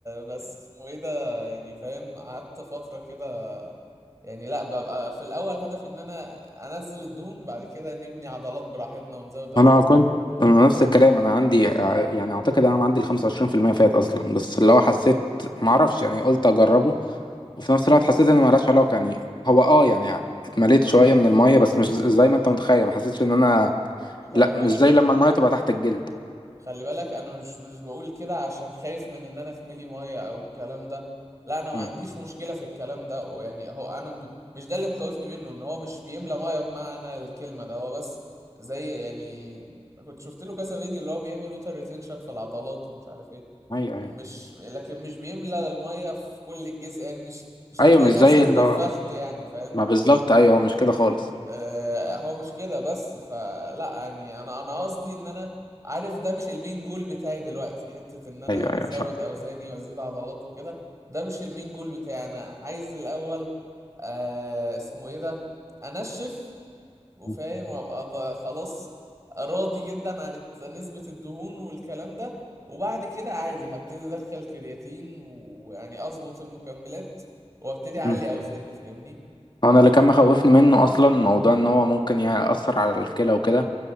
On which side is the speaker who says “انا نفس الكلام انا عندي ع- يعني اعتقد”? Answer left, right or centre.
Left